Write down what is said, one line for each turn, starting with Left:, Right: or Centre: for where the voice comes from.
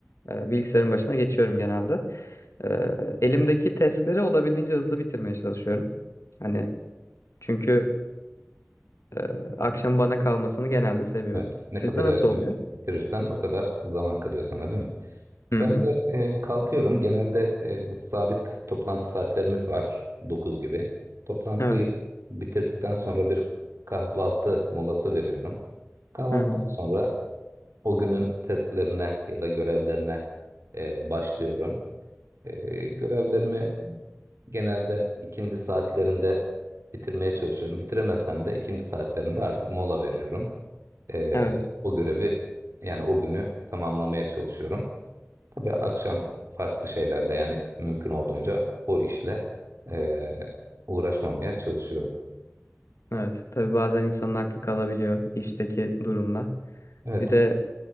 Left: e, bilgisayarın başına geçiyorum genelde. Ee, elimdeki testleri olabildiğince hızlı bitirmeye çalışıyorum. Hani çünkü e, akşam bana kalmasını genelde seviyorum.
Right: Evet. Ne
Left: Sizde
Right: kadar
Left: nasıl
Right: erken
Left: oluyor?
Right: bitirirsen o kadar zaman kalıyor sana, değil mi?
Left: Hı
Right: Ben
Left: hı.
Right: de e, kalkıyorum. Genelde e, sabit toplantı saatlerimiz var. 9 gibi. Toplantıyı
Left: Evet.
Right: bitirdikten sonra bir kahvaltı molası veriyorum. Kahvaltıdan
Left: Hı hı.
Right: sonra o günün testlerine ya da görevlerine e, başlıyorum. E, görevlerimi genelde ikindi saatlerinde bitirmeye çalışıyorum. Bitiremezsem de ikindi saatlerinde artık mola veriyorum. E,
Left: Evet.
Right: o görevi yani o günü tamamlamaya çalışıyorum. Tabii akşam farklı şeylerle yani mümkün olduğunca o işle eee, uğraşmamaya çalışıyorum.
Left: Evet. Tabii bazen insanın aklı kalabiliyor işteki durumla.
Right: Evet.
Left: Bir de